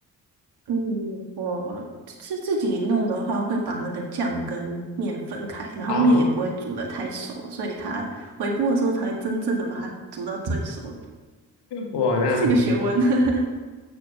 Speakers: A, on the right (about 70°); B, on the left (about 75°).
A: 嗯，我是自己弄的话，会把那个酱跟面分开，然后面也不会煮得太熟，
B: 啊，
A: 所以它微波的时候才会真正的把它煮到最熟。
B: 哇，那很厉害。
A: 这是一个学问。<laughs>